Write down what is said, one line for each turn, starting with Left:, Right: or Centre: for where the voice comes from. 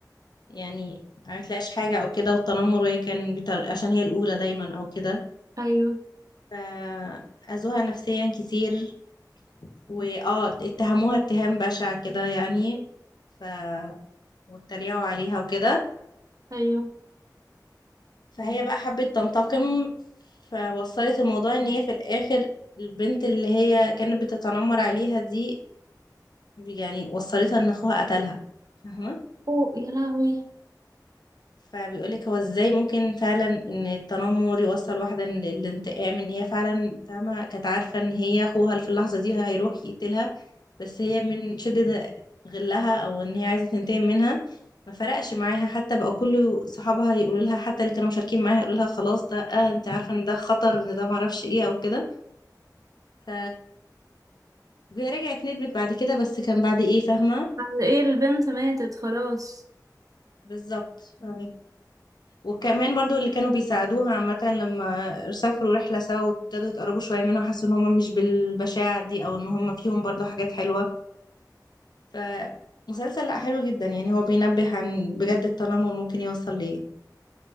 Left: يعني ما تلاقيش حاجة أو كده والتنمر وهي كان بتر... عشان هي الأولى دايما أو كده
Right: ايوه
Left: فأذوها نفسيا كتير وآه اتهموها اتهام بشع كده يعني ف واتريقوا عليها وكده
Right: ايوه
Left: فهي بقى حبت تنتقم فوصلت الموضوع ان هي في الاخر البنت اللي هي كانت بتتنمر عليها دي يعني وصلتها ان اخوها قتلها فاهمة
Right: اوه يا لهوي
Left: فبيقولك هو ازاي ممكن فعلا ان التنمر يوصل واحدة للانتقام ان هي فعلا فاهمة كانت عارفة ان هي اخوها في اللحظة دي هيروح يقتلها بس هي من شدة غلها او ان هي عايزة تنتقم منها ما فرقش معاها حتى بقى كل صحابها يقولوا لها حتى اللي كانوا مشاركين معاها يقولوا لها خلاص ده آه انت عارفة ان ده خطر ان ده معرفش ايه او كده ف وهي رجعت ندمت بعد كده بس كان بعد ايه فاهمة
Right: بعد ايه البنت ماتت خلاص
Left: بالظبط ف... وكمان برضو اللي كانوا بيساعدوها عامة لما سافروا رحلة سوا وابتدوا يتقربوا شوية منها حسوا ان هم مش بالبشاعة دي او ان هم فيهم برضو حاجات حلوة فمسلسل لا حلو جدا يعني هو بينبه عن بجد التنمر ممكن يوصل لإيه